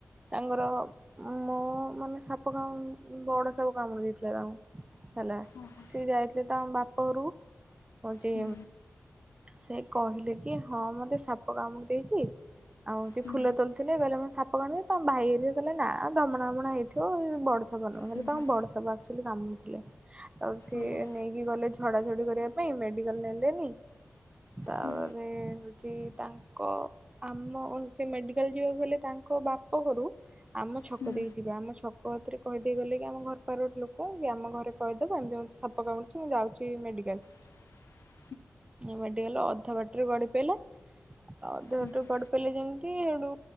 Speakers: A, on the right; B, on the left.
A: ତାଙ୍କର ମୋ ମାନେ ସାପ କାମୁ ଉଁ ବଡ଼ ସାପ କାମୁଡ଼ି ଦେଇଥିଲା ତାଙ୍କୁ ହେଲା
B: ଓହୋ
A: ସିଏ ଯାଇଥିଲେ ତାଙ୍କ ବାପ ଘରକୁ ହୋଉଚି
B: ହୁଁ
A: ସେ କହିଲେ କି ହଁ ମତେ ସାପ କାମୁଡ଼ି ଦେଇଚି ଆଉ ଯିଏ
B: ହୁଁ
A: ଫୁଲ ତୋଳୁଥିଲେ କହିଲେ ମତେ ସାପ କାମୁଡ଼ି ଦେଇଚି ତାଙ୍କ ଭାଇ ହେରିକା କହିଲେ ନା ଧମଣା ଫମଣା ହେଇଥିବ ବଡ଼ ଡ ସାପ ନୁହଁ ହେଲେ
B: ହୁଁ
A: ତାଙ୍କୁ
B: ହୁଁ
A: ବଡ଼ ସାପ ଆକ୍ଚୁଲି କାମୁଡ଼ିଥିଲେ ତାପରେ ସିଏ
B: ଓହୋ
A: ନେଇକି ଗଲେ ଝଡ଼ା ଝଡ଼ି କରିବା ପାଇଁ ମେଡ଼ିକାଲ ନେଲେନି ତାପରେ
B: ହୁଁ
A: ହୋଉଚି ତାଙ୍କ ଆମ ସେ ମେଡ଼ିକାଲ ଯିବାକୁ ଗଲେ ତାଙ୍କ ବାପ ଘରୁ ଆମ ଛକ
B: ହୁଁ
A: ଦେଇକି ଯିବେ ଆମ ଛ କତିରେ କହିଦେଇ ଗଲେ କି ଆମ ଘର ପାଖରେ ଗୋଟେ ଲୋକ କି ଆମ ଘରେ କହିଦେବ ଏମିତି ମତେ ସାପ କାମୁଡ଼ିଚି ମୁଁ ଯାଉଚି ମେଡ଼ିକାଲ
B: <inaudible>
A: ମେଡ଼ିକାଲ ଅଧା ବାଟରେ ଗଡ଼ି ପଇଲେ ଅଧା
B: ହୁଁ
A: ବାଟରେ
B: ହୁଁ
A: ଗଡିି଼ ପଇଲେ ଯେମତି ହେଟୁ